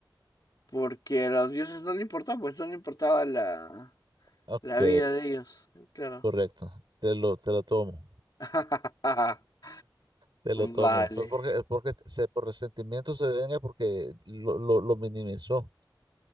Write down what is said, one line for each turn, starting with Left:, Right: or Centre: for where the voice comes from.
Left: porque a los dioses no le importaba, pues no le importaba la,
Right: Ok,
Left: la vida de ellos, claro.
Right: correcto. Te lo, te lo tomo.
Left: <laughs>
Right: Te lo tomo.
Left: Vale,
Right: Fue porque, porque se, por resentimiento se venga porque lo, lo, lo minimizó.